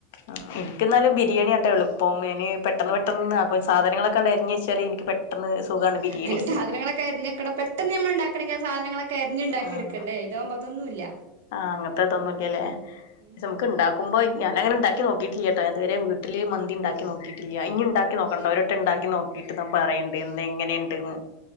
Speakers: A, on the left; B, on the right.
A: ആഹ് ഇൻക്ക് ഇന്നാലും ബരിയാണിയാട്ടോ എള്പ്പം ഇനി പെട്ടെന്ന്, പെട്ടന്ന് അപ്പൊ സാധനങ്ങളൊക്കണ്ട് അരിഞ് വെച്ചാല് ഇൻക്ക് പെ ട്ടെന്ന് സുഖാണ് ബിരിയാണി
B: അയ്ന് സാധനങ്ങളൊക്കെ അരിഞ് വെക്കണം. പെട്ടെന്ന് ന്നമ്മൾ ഇണ്ടാക്കണെങ്കി സധനങ്ങളൊക്കെ അര്ഞ് ഇണ്ടാക്കി
A: ആഹ്
B: ഇട്ക്കണ്ടെ ഇതാവ്മ്പോ അതൊന്നുല്ല.
A: ആഹ് അങ്ങെൻത്ത ഇതൊന്നുല്ല്യാലെ?
B: ഉം
A: സെം ന്നമുക്ക്ഇണ്ടാക്കുമ്പോ ഞാനങ്ങെനെ നോക്കിട്ടില്ലട്ടോ ഞാൻ ഇതു വെരെ വീട്ടില് മന്തി ഇണ്ടാക്കി നോക്കിട്ടില്ല ഇഞ്ഞി ഇണ്ടാ ക്കിന്നോക്കണംട്ടോ
B: ഉണ്ടാക്കി
A: ഒരെട്ടെ
B: നോക്കി
A: ഇണ്ടാക്കി നോക്കിട്ട് ന്നാ പറയണ്ട് എങ്ങെനെണ്ട്ന്ന്